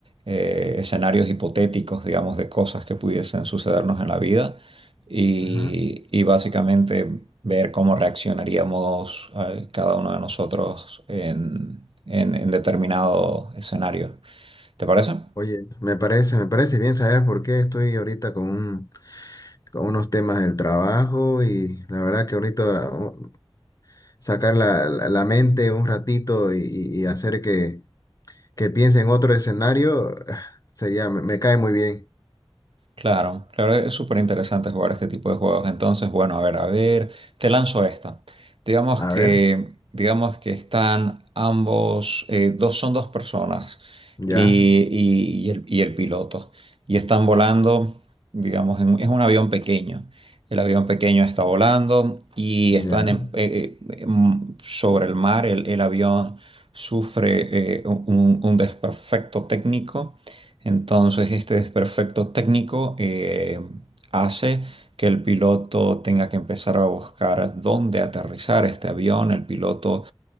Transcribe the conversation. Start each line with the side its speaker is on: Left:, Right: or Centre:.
Right: eh, escenarios hipotéticos, digamos, de cosas que pudiesen sucedernos en la vida y,
Left: Ujú.
Right: y básicamente ver cómo reaccionaríamos eh, cada uno de nosotros en, en- en determinado escenario. ¿Te parece?
Left: Oye, me parece, me parece bien, ¿sabes por qué? Estoy ahorita con, un- con unos temas del trabajo y la verdad que ahorita uh, sacar la, la- la mente un ratito y, y- y hacer que, que piense en otro escenario ah, sería, me, me cae muy bien.
Right: Claro, claro, es súper interesante jugar este tipo de juegos. Entonces, bueno, a ver, a ver, te lanzo esta. Digamos
Left: A
Right: que,
Left: ver,
Right: digamos que están ambos, eh, dos son dos personas
Left: ya,
Right: y, y- y el, y el piloto. Y están volando, digamos, en- es un avión pequeño. El avión pequeño está volando y
Left: ya,
Right: están en- eh, eh, mm, sobre el mar. El, el avión sufre eh, un un- un desperfecto técnico entonces, este desperfecto técnico eh, hace que el piloto tenga que empezar a buscar dónde aterrizar este avión. El piloto